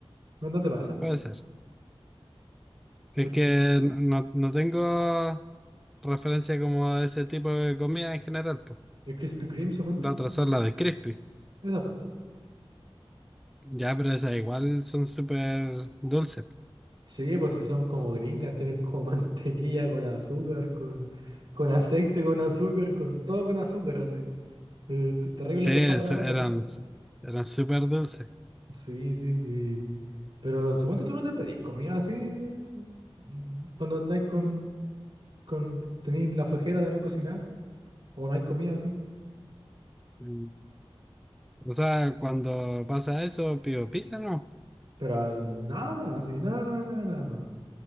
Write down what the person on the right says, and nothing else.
¿No, no te pasa?
Porque
el Krispy Kreme, suponte.
Esas, po.
Sí, pues si son como gringas, tienen como <laughs> mantequilla con azúcar, con, con aceite, con azúcar, con todo con azúcar, así. Eh, te- terrible
le pasaba
para la guata.
Sí, sí. y- Pero supongo tú no te pedís comida así eh, mm, cuando andáis con, con tenéis la flojera de no cocinar o no hay comida así.
Pero ah, nada más, así, nada, nada, nada, nada más.